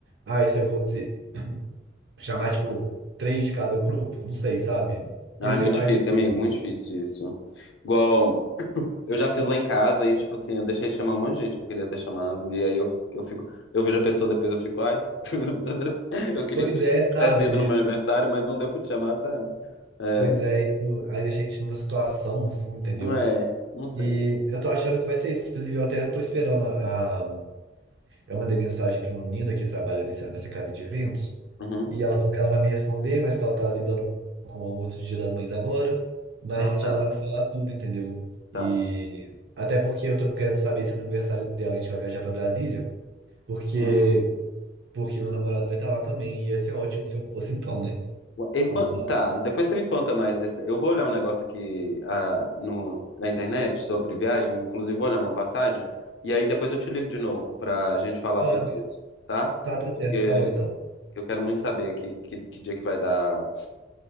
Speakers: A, on the right; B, on the left.
A: ah, e se eu fosse chamar, tipo, três de cada grupo, não sei, sabe?
B: Ah,
A: Ia
B: é
A: ser,
B: muito
A: ai,
B: difícil,
A: não
B: amigo,
A: sei.
B: muito difícil isso. Igual eu já fiz lá em casa e tipo assim, eu deixei de chamar um monte de gente que eu queria ter chamado e aí eu, eu fico, eu vejo a pessoa depois eu fico, ai, <laughs> eu queria
A: Pois
B: que você
A: é, sabe?
B: tivesse ido no meu aniversário, mas não deu pra te chamar, sabe? É,
A: Pois é, isso aí deixa a gente numa situação assim, entendeu?
B: não é, não sei.
A: E eu tô achando que vai ser isso. Inclusive, eu até tô esperando a. a- Eu mandei mensagem pra uma menina que trabalha nesse, nessa casa de eventos,
B: Uhum.
A: e ela falou que ela vai me responder, mas que ela tá lidando com o almoço de Dia das Mães agora, mas
B: Ah, tá,
A: que ela vai me falar tudo, entendeu?
B: tá.
A: E até porque eu tô querendo saber se no aniversário dela a gente vai viajar pra Brasília, porque
B: Hum.
A: porque meu namorado vai estar lá também, e ia ser ótimo se eu fosse então, né?
B: E quan-
A: Então,
B: tá, depois você me conta mais desse. Eu vou olhar um negócio aqui ah, no, na internet sobre viagem, inclusive vou olhar uma passagem, e aí depois eu te ligo de novo pra gente falar
A: tá,
B: sobre isso, tá?
A: tá, tá certo,
B: Porque
A: tá bom então.
B: eu quero muito saber que, que, que dia que vai dar